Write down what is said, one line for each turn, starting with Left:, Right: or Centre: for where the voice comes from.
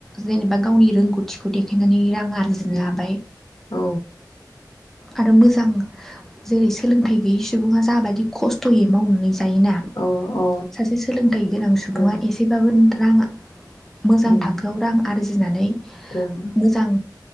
Centre: जेनेबा गावनि रोंगौथिखौ देखायनानै रां आरजिनो
Left: उम,
Centre: हाबाय
Left: औ
Centre: आरो मोजां जेरै सोलोंथाइ गैयै सुबुंङा जाबायदि खस्थ'यै मावनानै जायो। जायोना
Left: औ औ
Centre: सासे सोलोंथाइ गोनां सुबुंङा
Left: ओं
Centre: एसेबाबो रां मोजां
Left: उम,
Centre: थाखोआव रां आरजिनानै
Left: ओं
Centre: मोजां